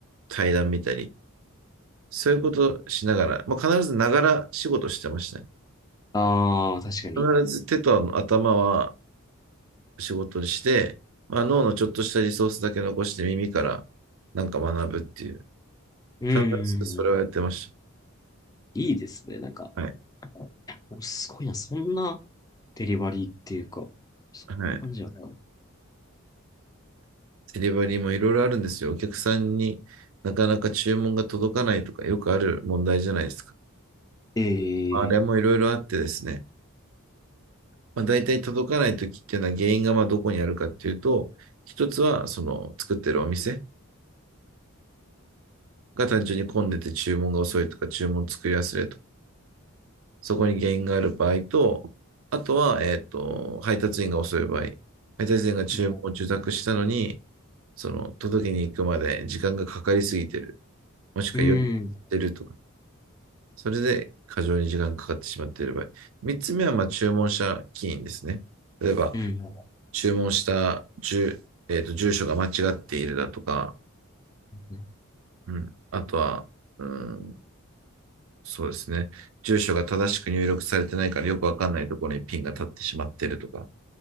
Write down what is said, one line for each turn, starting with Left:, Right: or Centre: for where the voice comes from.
Right: 対談見たり、そういうことしながら、まあ、必ずながら仕事してましたね。
Left: あ <laughs> あー、確かに。
Right: 必ず手とあの頭は仕事にして、まあ、脳のちょっとしたリソースだけ残して耳からなんか学ぶっていう、
Left: うーん。
Right: 必ずそれをやってまし
Left: いいですね、なんか。
Right: た。はい。
Left: いや、でもすごいな、そんなデリバリーっていうか、そんな感じだった。
Right: はい。デリバリーもいろいろあるんですよ。お客さんになかなか注文が届かないとか、よくある問題じゃないですか。
Left: ええ
Right: まあれもいろいろあってですね、まあ、大体届かないときっていうのは原因がまあどこにあるかっていうと、一つはその作ってるお店が単純に混んでて注文が遅いとか、注文作り忘れとか、そこに原因がある場合と、あとは、えっと、配達員が遅い場合、配達員が注文を受託したのに、
Left: うん、
Right: その届けに行くまで時間がかかりすぎてる、もしくは夜やってるとか
Left: うん、うん、
Right: それで過剰に時間かかってしまっている場合。3つ目はまあ注文者起因ですね。例えば、
Left: うん。
Right: 注文した住,、えー、と住所が間違っているだとか、
Left: ね
Right: うん、あとは、うん、そうですね、住所が正しく入力されてないからよくわかんないところにピンが立ってしまっているとか、